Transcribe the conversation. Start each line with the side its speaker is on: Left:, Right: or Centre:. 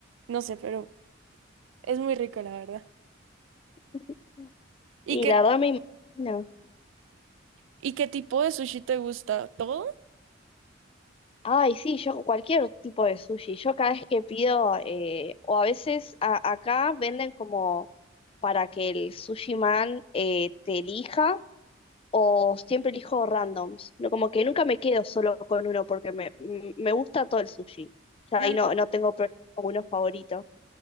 Right: no sé, pero es muy rico, la verdad.
Left: <laughs>
Right: ¿Y
Left: Y
Right: qué
Left: la verdad me imagino.
Right: ¿Y qué tipo de sushi te gusta? ¿Todo?
Left: Ay, sí, yo cualquier tipo de sushi. Yo cada vez que pido, eh, o a veces a- acá venden como para que el sushi man eh, te elija, o siempre elijo randoms. No, como que nunca me quedo solo con uno porque me, m- me gusta todo el sushi. Ya
Right: Mm,
Left: ahí no, no tengo pro- uno favorito.